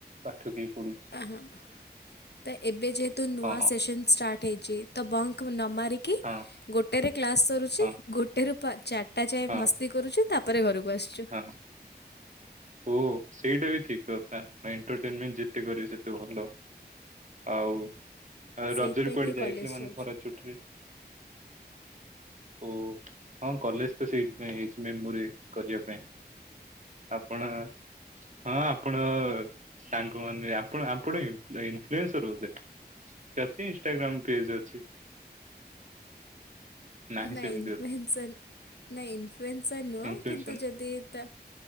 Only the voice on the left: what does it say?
ଆ ହାଁ। ତ ଏବେ ଯେହେତୁ ନୂଆ
ସେସନ୍ ଷ୍ଟାର୍ଟ ହେଇଚି ତ ବଙ୍କ୍ ନ ମାରିକି
ଗୋଟେରେ କ୍ଲାସ୍ ସରୁଚି
ଗୋଟେରୁ ଚାରିଟା ଯାଏ
ମସ୍ତି କରୁଚୁ ତାପରେ ଘରକୁ ଆସ୍ଚୁ।
ସେଇଥିପାଇଁ
କି କଲେଜ
ଯାଉଛୁ
ନାଇଁ
ଇନ୍ଫ୍ଲୁଏନ୍ସନ୍
ନାଇ ଇନ୍ଫ୍ଲୁଏନ୍ସର୍ ନୁଅ
କିନ୍ତୁ ଯଦି ଏ ତା